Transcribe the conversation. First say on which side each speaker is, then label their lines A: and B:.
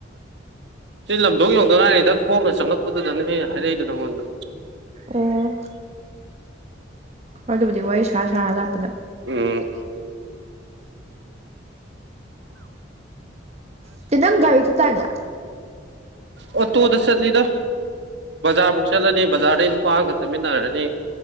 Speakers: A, on the right (about 65°); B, on the right (about 35°).
A: ꯁꯤ ꯂꯝꯗꯣꯛ ꯌꯧꯗ ꯉꯥꯏꯔꯤꯗ ꯈꯣꯡꯅ ꯆꯪꯉꯛꯄꯗꯨꯗꯅꯦ ꯍꯦꯛ ꯍꯥꯏꯔꯛꯏꯗ ꯅꯪꯉꯣꯟꯗ
B: ꯑꯣ ꯑꯗꯨꯕꯨꯗꯤ ꯋꯥꯔꯤ ꯁꯥ ꯁꯥꯔ ꯂꯥꯛꯄꯗ
A: ꯎꯝ
B: ꯎ ꯇꯅꯪ ꯔꯤꯁꯨ ꯇꯅ
A: ꯑꯣ ꯇꯨꯗ ꯆꯜꯂꯤꯗ ꯕꯖꯥꯔꯃꯨꯛ ꯆꯠꯂꯅꯤ ꯕꯖꯥꯔꯗꯩ ꯅꯨꯄꯥ ꯑꯃꯒ ꯆꯠꯃꯤꯟꯅꯔꯅꯤ